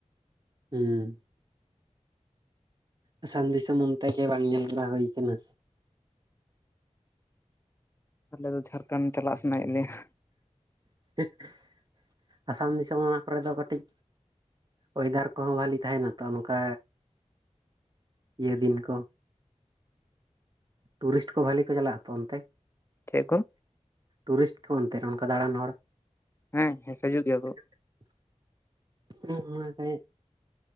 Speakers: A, on the right; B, on the left.
A: ᱦᱩᱸ ᱟᱥᱟᱢ ᱫᱤᱥᱚᱢ ᱚᱱᱛᱮ ᱜᱮ ᱵᱟᱝ ᱧᱮᱞ ᱵᱟᱲᱟ ᱦᱩᱭ ᱟᱠᱟᱱᱟ᱾
B: ᱟᱞᱮ ᱫᱚ ᱡᱷᱟᱲᱠᱷᱚᱸᱱᱰ ᱪᱟᱞᱟᱜ ᱥᱟᱱᱟᱭ ᱮᱫ ᱞᱮᱭᱟ᱾
A: <inaudible> ᱟᱥᱟᱢ ᱫᱤᱥᱚᱢ ᱚᱱᱟ ᱠᱚ ᱨᱮ ᱫᱚ ᱠᱟᱹᱴᱤᱡ ᱚᱭᱮᱫᱟᱨ ᱠᱚᱦᱚᱸ ᱵᱟᱹᱞᱤ ᱛᱟᱦᱮᱱᱟ ᱛᱚ ᱱᱚᱱᱠᱟ ᱤᱭᱟᱹ ᱫᱤᱱ ᱠᱚ ᱴᱩᱨᱤᱥᱴ ᱠᱚ ᱵᱷᱟᱹᱞᱤ ᱠᱚ ᱪᱟᱞᱟᱜ-ᱟᱛᱚ ᱚᱱᱛᱮ?
B: ᱴᱷᱮᱜ ᱠᱚᱼᱼ
A: ᱴᱩᱨᱤᱥᱴ ᱠᱚ ᱚᱱᱛᱮ ᱚᱱᱠᱟ ᱫᱟᱬᱟᱱ ᱦᱚᱲ
B: ᱦᱮᱸ ᱦᱮ ᱦᱤᱡᱩᱜ ᱜᱮᱭᱟ ᱠᱚ᱾
A: <unintelligible>